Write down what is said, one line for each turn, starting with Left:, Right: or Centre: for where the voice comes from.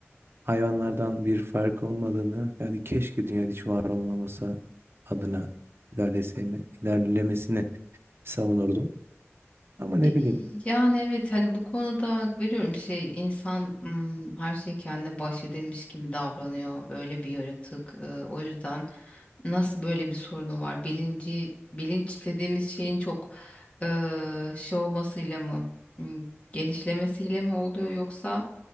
Right: hayvanlardan bir farkı olmadığını yani keşke dünyada hiç var olmaması adına ilerleseyme- ilerlemesini savunurdum. Ama
Left: Y-
Right: ne bileyim
Left: Yani evet hani bu konuda hak veriyorum şey insan mm, her şey kendine bahşedilmiş gibi davranıyor öyle bir yaratık Ee, o yüzden nasıl böyle bir sorunu var bilinci bilinç dediğimiz şeyin çok eee, şey olmasıyla mı mm, genişlemesiyle mi oluyor yoksa